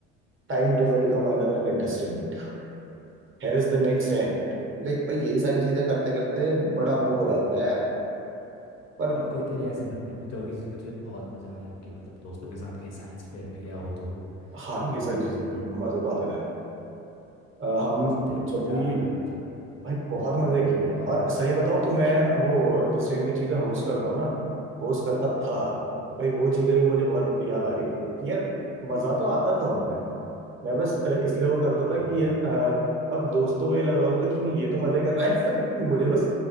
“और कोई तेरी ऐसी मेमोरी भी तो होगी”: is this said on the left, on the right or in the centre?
Left